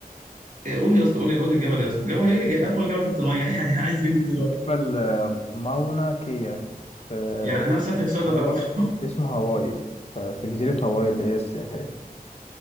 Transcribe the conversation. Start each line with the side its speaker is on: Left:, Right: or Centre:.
Right: إيه، قول يا اسطى قول قول الجبل يا اسطى جبل ايه اللي جاي- اطول جبل تحت الميه <laughs> يعني عايز مني ايه دلوقتي
Left: جبل آه، ماونا كيا في
Right: يعني انا سالتك سؤال
Left: هاواي
Right: ده تعرفه
Left: اسمه هاواي ف- في جزيرة هاواي اللي هي السياحية